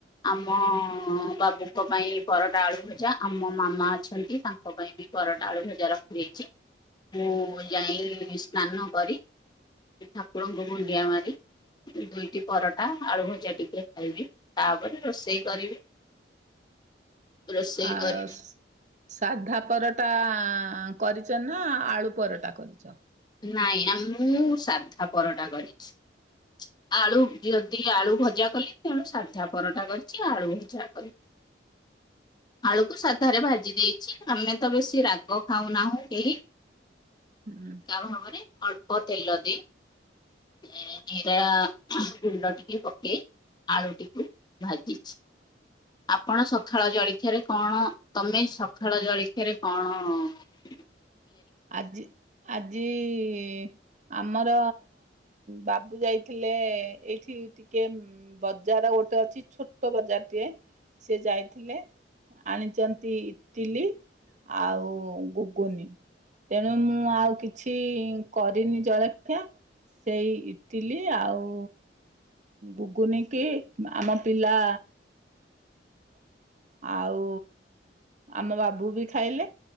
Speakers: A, on the left; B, on the right.
A: ଆମ ବାବୁଙ୍କ ପାଇଁ ପରଟା ଆଳୁ ଭଜା ଆମ ମାମା ଅଛନ୍ତି ତାଙ୍କ ପାଇଁ ବି ପରଟା ଆଳୁ ଭଜା ର ରଖିଦେଇଚି ମୁଁ ଯାଇ ସ୍ନାନ କରି ସେ ଠାକୁରଙ୍କୁ ଭୁଣ୍ଡିଆ ମାରି ଦୁଇଟି ପରଟା ଆଳୁ ଭଜା ଟିକେ ଖାଇବି ତାପରେ ରୋଷେଇ କରିବି। ରୋଷେଇ
B: ଆଉ
A: କରିବି
B: ସାଧା ପରଟା ଆଁ ଆଁ କରିଛ ନା ଆଳୁ ପରଟା କରିଛ?
A: ନାଇଁ ନା ଆମ୍ ମୁଁ ସାଧା ପରଟା କରିଛି। ଆଳୁ ଯଦି ଆଳୁ ଭଜା କଲି ତେଣୁ ସାଧା ପରଟା କରିଛି ଆଳୁ ଭଜା କରିଛି ଆଳୁକୁ ସାଧାରେ ଭାଜି ଦେଇଛି। ଆମେ ତ ବେଶୀ ରାଗ ଖାଉନାହୁଁ କେହି।
B: ହୁଁ।
A: ଭଲ ଭାବରେ ଅଳ୍ପ ତେଲ ଦେଇ <unintelligible> ପକେଇ ଆଳୁଟିକୁ ଭାଜିଛି। ଆପଣ ସକାଳ ଜଳଖିଆରେ କଣ ତମେ ସକାଳ ଜଳଖିଆରେ କଣ ହୁଁ।
B: ଆଜି ଆଜି ଇ ଆମର ବାବୁ ଯାଇଥିଲେ ଏଇଠି ଟିକେ ବଜାର ଗୋ ଗୋଟେ ଅଛି ଛୋଟ ବଜାରଟିଏ ସେ ଯାଇଥିଲେ। ଆଣିଛନ୍ତି ଇଟିଲି ଆଉ ଗୁଗୁନି। ତେଣୁ ମୁଁ ଆଉ କିଛି କରିନି ଜଳଖିଆ। ସେଇ ଇଟିଲି ଆଉ ଗୁଗୁନ କିି ଆମ ପିଲା ଆଉ ଆମ ବାବୁ ବି ଖାଇଲେ